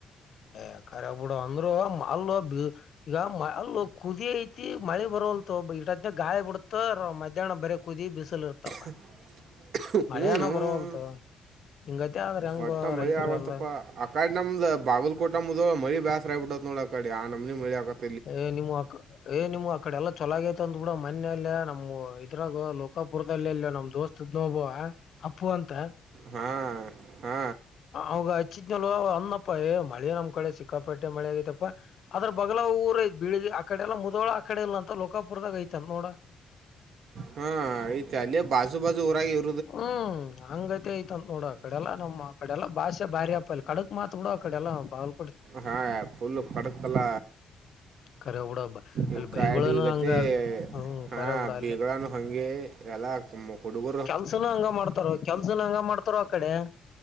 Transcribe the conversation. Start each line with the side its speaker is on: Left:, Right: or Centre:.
Left: ಹ ಖರೆ ಬುಡ ಅಂದರುೂ ಮೊದ್ಲು ಬಿ ಈಗ ಮಲ್ಲ ಕುದಿ ಐತಿ ಮಳೆ ಬರವಲ್ದೊ ಇಟತಾನ್ಯಾಗ ಗಾಳಿ ಬಿಡತ ರ ಮಧ್ಯಾಹ್ನ ಬರಿ ಕು ಕುದಿ ಬಿಸಿಲು ಇರ್ತಪ್ಪ
Right: <inaudible>
Left: ಮಳೆಅನ
Right: ಹ್ಞೂ
Left: ಬರವಲ್ದೊ ಹಿಂಗತೆ ಆದ್ರ ಹೆಂಗೊ
Right: ಒಟ್ಟ ಮಳಿ
Left: ರೈತರು
Right: ಆಗಂತಪ್ಪ
Left: ಎಲ್ಲ
Right: ಆ ಕಡೆ ನಮ್ದ ಬಾಗಲಲ್ಕೋಟ ಮುಧೋಳ ಮಳಿ ಬ್ಯಾಸರ ಆಗಿ ಬಿಡತ ನೋಡ ಅ ಕಡೆ ಆ ನಮನಿ ಮಳಿ ಆಗತ್
Left: ಏ ನಿಮವು ಆಕ ಏ ನಿಮವು ಆ ಕಡೆ ಎಲ್ಲ ಚೊಲಾಗೈತ ಅಂದ ಬಿಡ ಮನ್ನೆ ಅಲ್ಲೆ ನಮ ಇದ್ರಾಗ ಲೋಕಾಪುರದಲ್ಲೆಲ್ಲ ನಮ್ ದೋಸ್ತ ಇದ್ದ ಒಬ್ಬವ ಅಪ್ಪು ಅಂತ
Right: ಹಾ ಹಾ
Left: ಅವಾಗ ಹಚ್ಚಿದ್ನಲ್ಲೊ ಹಣಮಪ್ಪ ಏ ಮಳೆ ನಮ್ ಕಡೆ ಸಿಕ್ಕಾಪಟ್ಟೆ ಮಳೆ ಆಗ್ಯಾತಪ್ಪ ಅದ್ರ ಬ ಎಲ್ಲ ಊರ್ ಐತಿ ಬೀಳಿಗಿ ಆ ಕಡೆ ಎಲ್ಲ ಮುದೋಳ ಆ ಕಡೆ ಇಲ್ಲ ಅಂತ ಲೋಕಪುರದಾಗ ಐತಿ ಅಂತ ನೋಡ
Right: ಹಾ ಐತಿ ಅಲ್ಲೆ ಬಾಜು ಬಾಜು ಊರಾಗಿವು
Left: ಹ್ಮ್ ಹಂಗೈತೆ ಐತಂತ ನೋಡು ಆ ಕಡೆಲ್ಲಾ ನಮ್ಮ್ ಕಡೆಲ್ಲ ಭಾಷೆ ಬಾರಿ ಅಪ ಅಲ್ಲಿ ಕಡಕ್ ಮಾತ್ ಬಿಡ ಆ ಕಡೆ ಎಲ್ಲ ಬಾಗಲ
Right: ಹಾ ಫುಲ್ ಕಡಕಅಲ್ಲ
Left: ಕರೆ ಬಿಡ ಹಬ್ಬ ಅಲ್ಲಿ
Right: ಈ ಕಾಡಿಗತೆ
Left: ಬೈಗಳನು ಹಂಗ ಇರ್ತ ಹ್ಮ್
Right: ಹಾ
Left: ಕರೆ ಬಿಡ
Right: ಬೈಗಳನು
Left: ಅಲ್ಲಿ
Right: ಹಂಗೆ. ಎಲ್ಲ ಆಗ್ತ ಹುಡುಗ
Left: ಕೆಲ್ಸನ ಹಂಗ ಮಾಡ್ತಾರೊ ಕೆಲ್ಸನ ಹಂಗ ಮಾಡ್ತಾರ ಆ ಕಡೆ.